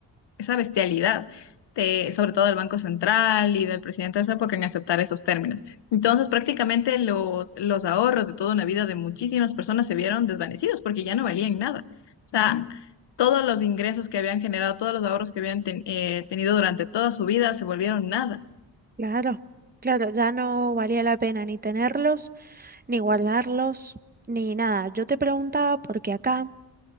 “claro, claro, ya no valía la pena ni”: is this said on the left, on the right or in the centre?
Right